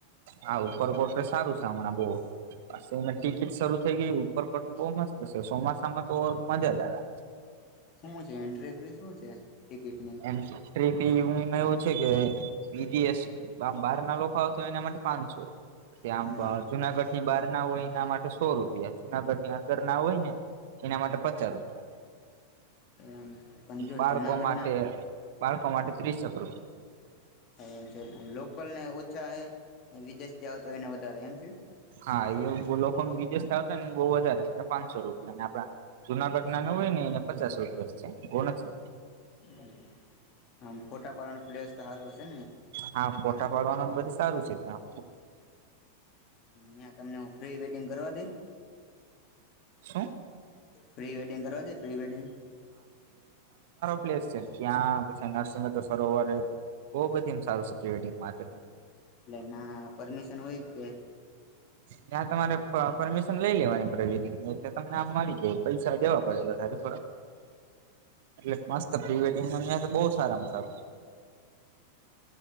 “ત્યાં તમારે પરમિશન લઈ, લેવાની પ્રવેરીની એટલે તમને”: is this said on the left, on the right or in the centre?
Right